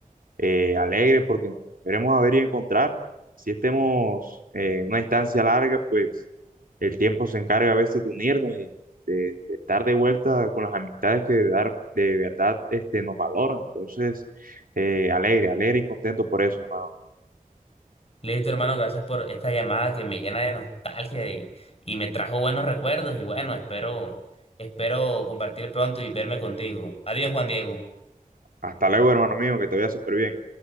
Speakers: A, on the right (about 80°); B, on the left (about 45°).
A: eh, alegre porque nos veremos a ver y encontrar. Si estemos eh, en una distancia larga, pues el tiempo se encarga a veces de unirnos y de, de estar de vuelta con las amistades que de verdad, de verdad este, nos valoran. Entonces, eh, alegre, alegre y contento por eso, hermano.
B: Listo, hermano, gracias por esta llamada que me llena de nostalgia y, y me trajo buenos recuerdos y bueno, espero, espero compartir pronto y verme contigo. Adiós, Juan Diego.
A: Hasta luego, hermano mío, que te vaya súper bien.